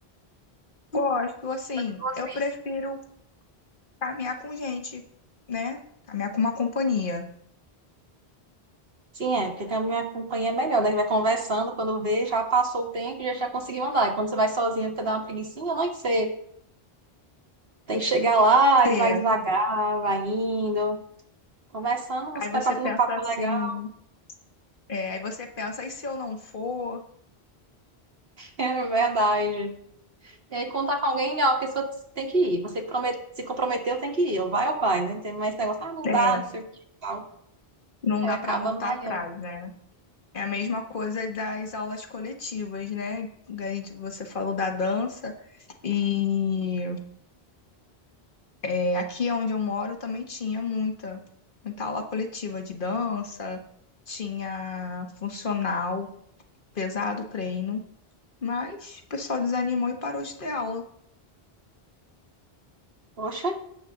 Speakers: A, on the left; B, on the right.
A: gosto, assim,
B: Vocês.
A: eu prefiro caminhar com gente, né? Caminhar com uma companhia.
B: Sim, é, porque caminhar minha companhia é melhor, né? Que vai conversando, quando vê, já passou o tempo e já, já conseguiu andar. E quando você vai sozinho, você dá uma preguicinha, não é que você tem que chegar lá
A: É,
B: e vai devagar, vai indo. Conversando, você
A: aí você
B: vai batendo
A: pensa
B: um papo
A: assim,
B: legal. <laughs>
A: é, aí você pensa, e se eu não for?
B: É verdade. E aí, contar com alguém, ó, a pessoa tem que ir. Você que prome- se comprometeu, tem que ir. Ou vai ou vai, né? Tem mais negócio, ah, não
A: É,
B: dá, não sei o que e tal.
A: não
B: Aí
A: dá
B: acaba
A: para voltar
B: malhando.
A: atrás, né? É a mesma coisa das aulas coletivas, né? A gente- Você falou da dança, e é, aqui onde eu moro também tinha muita, muita aula coletiva de dança, tinha funcional, pesado o treino, mas o pessoal desanimou e parou de ter aula.
B: Poxa,